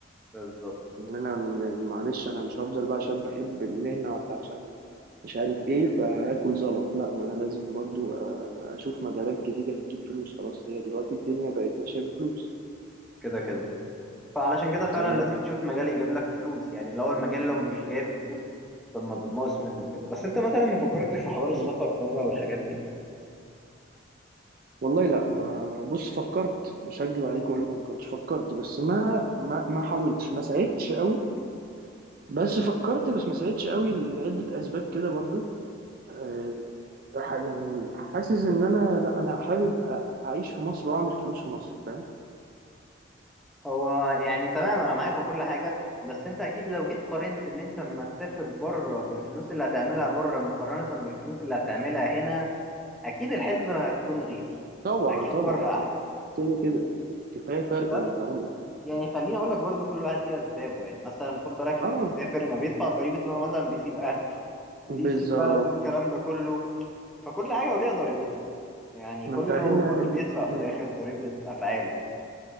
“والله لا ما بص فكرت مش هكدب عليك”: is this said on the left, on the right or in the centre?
Right